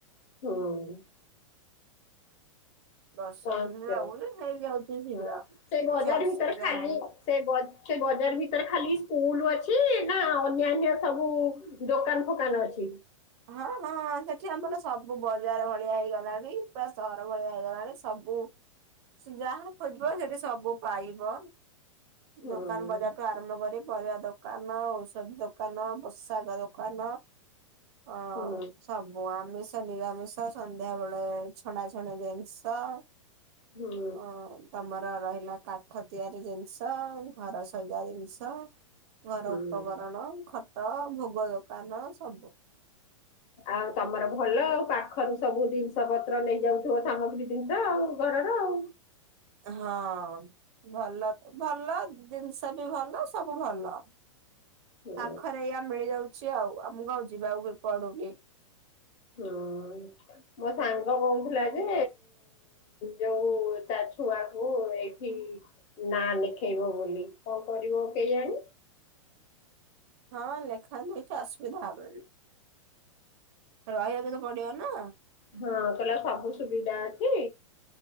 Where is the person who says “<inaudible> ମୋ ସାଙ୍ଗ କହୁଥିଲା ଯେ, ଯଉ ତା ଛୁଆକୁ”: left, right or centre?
Left